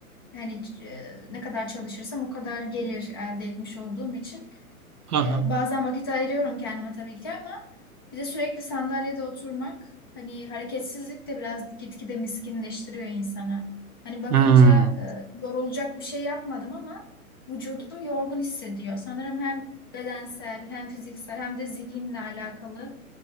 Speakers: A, on the left (about 20°); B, on the right (about 80°).
A: hani e, ne kadar çalışırsam o kadar gelir elde etmiş olduğum için.
B: Hı hı.
A: Ee, bazen vakit ayırıyorum kendime tabii ki ama bir de sürekli sandalyede oturmak hani hareketsizlik de biraz gitgide miskinleştiriyor insanı. Hani bakınca
B: Hmm.
A: e, yorulacak bir şey yapmadım ama vücudum yorgun hissediyor. Sanırım hem bedensel hem fiziksel hem de zihinle alakalı.